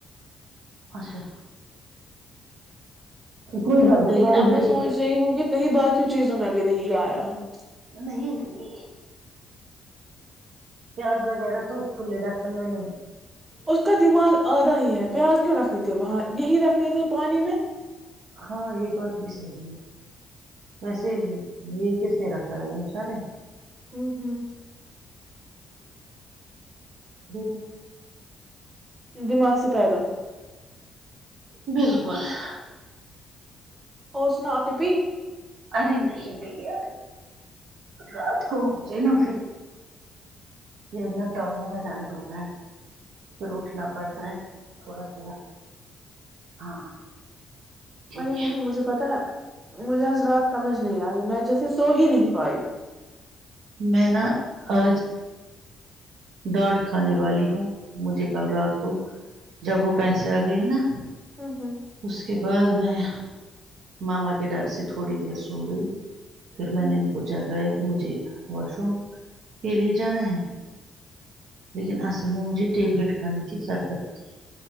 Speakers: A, on the right; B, on the right.
A: اچھا <inaudible> کوئی باب نہیں
B: لیکن
A: باہ
B: اب
A: جائے
B: میں سوچ
A: گی چ <inaudible>
B: رہی ہوں کہ کہیں باقی چیزوں میں بھی نہیں گایا ہ <unintelligible>
A: نہیں نہیں <unintelligible> پیاز وغیرہ تو کھے ڈکھن میں نے <unintelligible>
B: اس کا دماغ آدھا ہی ہے <unintelligible> پیاز کیوں رکھنے تھے وہاں یہی رکھنے تھے پانی میں <inaudible>
A: ہاں یہ بات بھی صحی ہے ویسے یہ <unintelligible> پ رکھا د د سرے
B: ہوں ہوں
A: <inaudible> <unintelligible>
B: دماغ سے پیدل <unintelligible>
A: بالکل <inaudible>
B: اور سنا اپنیپی <unintelligible>
A: ارے نہیں پھی یار رات کو مجھے نا پھر یہ ن ٹانگوں میں درت ہوتا ہے پھر اٹھنا پڑتا ہے تھوڑا تھوڑا ہاں <unintelligible> ٹھیک
B: ارے
A: ہے
B: نہیں مجھے پتا ہے <unintelligible> مجھے آز رات سمجھ نہیں آئی <unintelligible> میں جیسے سو ہی نہیں پائی <unintelligible>
A: میں نا آج ڈانٹ کھانے والی ہوں مجھے کل رات کو جب وہ پیسے آ گئی نا <unintelligible>
B: ہوں ہوں <inaudible>
A: اس کے بعد میں ماما کے ڈر سے تھوڑی دیر سو گئی <unintelligible> پھر میں
B: ہوں
A: نے ان کو جاگ گایا کہ مجھے <unintelligible> واشوم <inaudible> کے لیے جانا ہے <unintelligible> لیکن اصل میں مجھے ٹیبلیٹ کھانی تھی سربرد کی